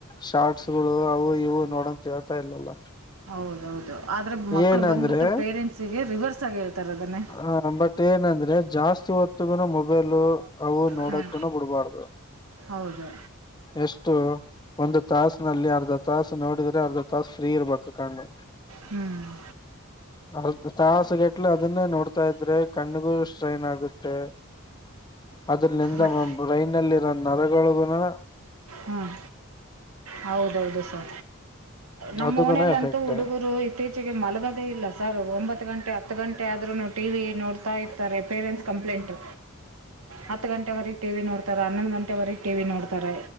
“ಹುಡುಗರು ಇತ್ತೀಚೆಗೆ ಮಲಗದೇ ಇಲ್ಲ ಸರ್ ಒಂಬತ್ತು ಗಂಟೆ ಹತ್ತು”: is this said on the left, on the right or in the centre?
Right